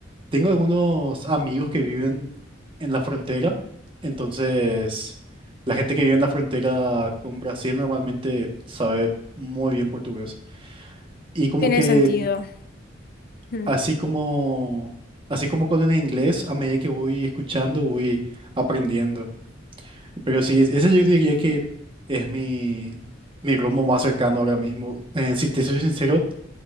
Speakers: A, on the right; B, on the left.
A: Tengo algunos amigos que viven en la frontera, entonces la gente que vive en la frontera con Brasil normalmente sabe muy bien portugués. Y como
B: Tiene
A: que
B: sentido. Mm.
A: así como así como con el inglés, a medida que voy escuchando, voy aprendiendo. Pero sí, es- ese yo diría que es mi mi rumbo más cercano ahora mismo. Eh, si te soy sincero,